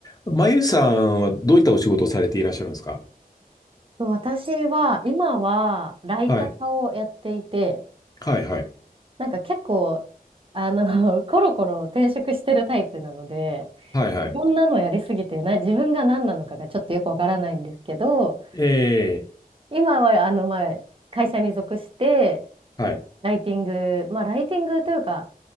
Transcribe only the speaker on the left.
まゆさんはどういったお仕事をされていらっしゃるんですか
はい。はい、はい。
はい、はい。
ええ、
はい、